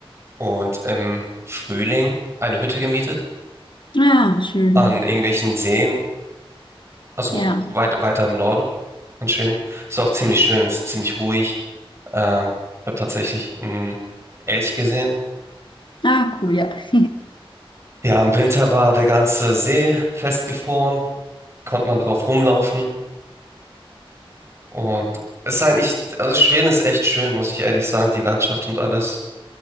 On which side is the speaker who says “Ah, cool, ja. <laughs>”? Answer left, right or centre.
Left